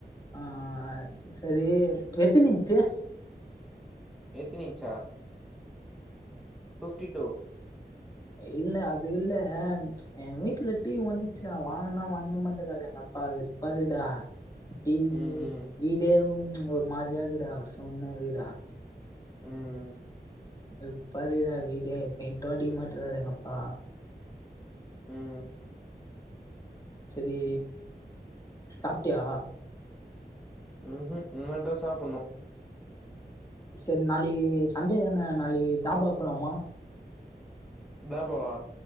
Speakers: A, on the left (about 20°); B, in the centre.
A: ஆஹ் சேரி எத்துனு இச்சு
B: எத்தினு இச்சா ஃபிப்டி டூ
A: இல்ல அது இல்ல என் வீட்டுல டிவி ஓடஞ்சிச்சுடா வாங்கனா வாங்க மாட்டேதாட எங்க அப்பாப்பாருடா டிவி
B: ம் ம்
A: வீடே ஓரு மாரி இருக்குடா அவ சொன்ன வீடு டா
B: ம் ம்
A: அத பாத்தேங்கனா வீடே பெயிட்டு அடிக்க மாட்டேகிற எங்க அப்பா
B: ம்
A: சேரி சாப்பட்டியா
B: உகு இனிமேல தா சாப்பட்ணு
A: சேரி நாளைக்கு சண்டே தானே நாளைக்கு தாபா போலாமா
B: தாபாவா